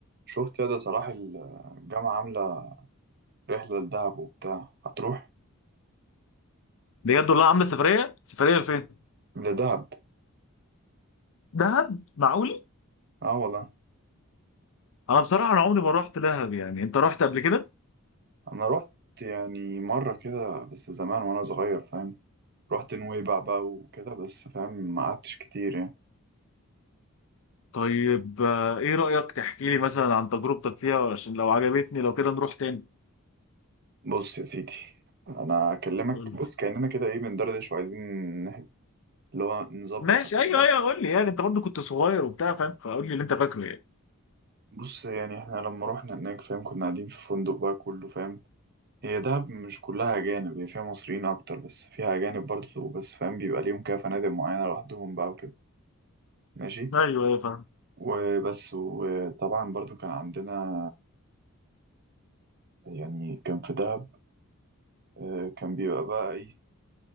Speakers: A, on the right; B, on the left.
A: شفت يا ده صلاح الجامعة عاملة رحلة لدهب وبتاع هتروح
B: بجد والله عامله سفريه سفريه لفين
A: لدهب
B: دهب معقول
A: اه والله
B: انا بصراحه انا عمري ما رحت دهب يعني انت رحت قبل كده
A: أنا رحت يعني مرة كده بس زمان وأنا صغير فاهم رحت نويبع بقى وكده بس فاهم ما قعدتش كتير يعني
B: طيب آه، ايه رايك تحكي لي مثلا عن تجربتك فيها عشان لو عجبتني لو كده نروح تاني
A: بص يا سيدي أنا أكلمك
B: قول.
A: بص كأننا كده إيه بندردش وعايزين نح- اللي هو نظبط
B: ماشي
A: سفرية
B: ايوه ايوه قول لي يعني انت برضو كنت صغير وبتاع فاهم فقول لي اللي انت فاكره يعني
A: بص يعني إحنا لما رحنا هناك فاهم كنا قاعدين في فندق بقى كله فاهم هي دهب مش كلها أجانب هي فيها مصريين أكتر بس فيها أجانب برضه بس فاهم بيبقى ليهم كده فنادق معينة لوحدهم بقى وكده ماشي
B: ايوه ايوه فاهم
A: وبس وطبعا برضو كان عندنا يعني كان في دهب آه، كان بيبقى بقى إيه